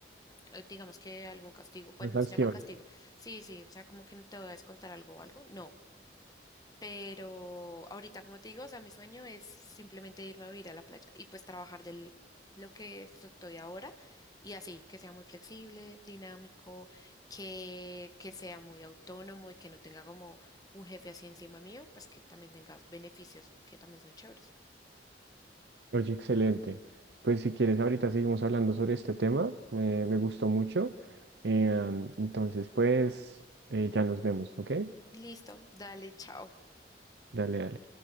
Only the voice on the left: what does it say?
eh, digamos que algún castigo, pues
no
se llama castigo. Sí, sí, o sea, como que no te voy a descontar algo o algo. No. Pero ahorita, como te digo, o sea, mi sueño es simplemente irme a vivir a la playa y pues trabajar del lo que esto- estoy ahora y así, que sea muy flexible, dinámico, que, que sea muy autónomo y que no tenga como un jefe así encima mío, pues que también tengas beneficios que también son chéveres.
Listo, dale, chao.